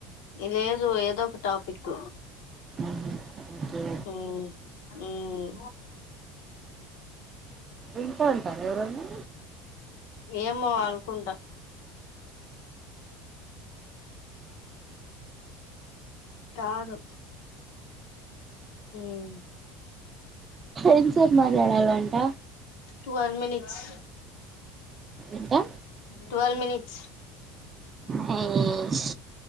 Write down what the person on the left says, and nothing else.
లేదు ఏదో ఒక టాపిక్
మ్మ్ మ్మ్
ఏమో అనుకుంటా కాదు మ్మ్
టువల్ మినిట్స్
టువల్ మినిట్స్